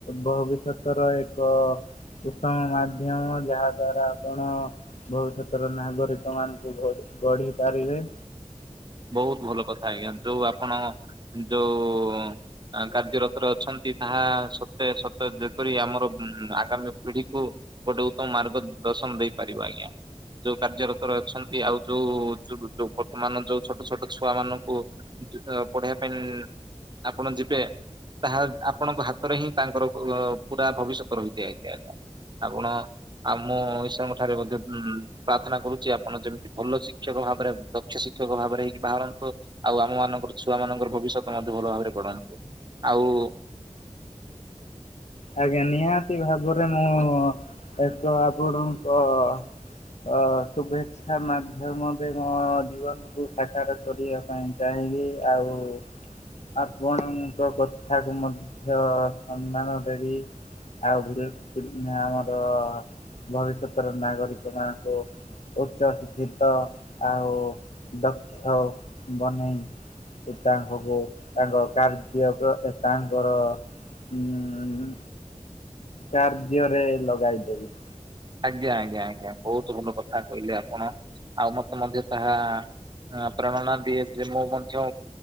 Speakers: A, on the left (about 65°); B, on the right (about 40°).
A: ଭବିଷ୍ୟତର ଏକ ଅ ଉତ୍ତମ ମାଧ୍ୟମ ଯାହା ଦ୍ଵାରା ଆପଣ ଭବିଷ୍ୟତର ନାଗରିକ ମାନଙ୍କୁ ଭୋଟ୍ ଗଢି ପାରିବେ।
B: ବହୁତ ଭଲ କଥା ଆଜ୍ଞା ଯୋଉ ଆପଣ ଯୋଉ ତାଙ୍କ କାର୍ଯ୍ୟରତରେ ଅଛନ୍ତି ତାହା ସତେ ସତେ ଯେପରି ଆମର ଆଗାମୀ ପିଢିକୁ ଗୋଟେ ଉତ୍ତମ ମାର୍ଗ ଦର୍ଶନ ଦେଇପାରିବ ଆଜ୍ଞା। ଯୋଉ କାର୍ଯ୍ୟରତରେ ଅଛନ୍ତି, ଆଉ ଯୋଉ ଯୋ-ଯୋ ବର୍ତ୍ତମାନ ଯୋଉ ଛୋଟ ଛୋଟ ଛୁଆମାନଙ୍କୁ ପଢେଇବା ପାଇଁ ଆପଣ ଯିବେ। ତାହା ଆପଣଙ୍କ ହାତରେ ହିଁ ତାଙ୍କର ପୁ-ପୁରା ଭବିଷ୍ୟତ ରହିଥାଏ ଆଜ୍ଞା। ଆପଣ ଆଉ ମୁଁ ଈଶ୍ୱରଙ୍କ ଠାରେ ମଧ୍ୟ ପ୍ରାର୍ଥନା କରୁଛି ଆପଣ ଯେମିତି ଭଲ ଶିକ୍ଷକ ଭାବରେ ଦକ୍ଷ ଶିକ୍ଷକ ଭାବରେ ହେଇକି ବାହାରନ୍ତୁ, ଆଉ ଆମ ମାନଙ୍କର ଛୁଆ ମାନଙ୍କର ଭବିଷ୍ୟତ ମଧ୍ୟ ଭଲ ଭାବରେ ଗଢ଼ାନ୍ତୁ। ଆଉ
A: ଆଜ୍ଞା ନିହାତି ଭାବରେ ମୁଁ ଏକ ଆପଣଙ୍କ ଅ ଶୁଭେ୍ଛା ମାଧ୍ୟମରେ ମୋ ଜୀବନକୁୁ ସାକାର କରିବା ପାଇଁ ଚାହେଁ। ଆଉ ଆପଣଙ୍କ କଥାକୁ ମଧ୍ୟ ସମ୍ମାନ ଦେବି। ଆଉ ଆମର ଭବିଷ୍ୟତର ନାଗରିକ ମାନଙ୍କୁ ଉଚ୍ଚ ଶିକ୍ଷିତ ଆଉ ଦକ୍ଷ ବନେଇ ତାଙ୍କୁ ତାଙ୍କ କାର୍ଯ୍ୟ ତାଙ୍କର ଉଁ କାର୍ଯ୍ୟରେ ଲଗାଇଦେବି।
B: ଆଜ୍ଞା ଆଜ୍ଞା ଆଜ୍ଞା, ବହୁତ ଭଲ କଥା କହିଲେ ଆପଣ ଆଉ ମତେ ମଧ୍ୟ ତାହା ଆଁ-ପ୍ରେରଣା ଦିଏ ଯେ ମୁଁ ମଧ୍ୟ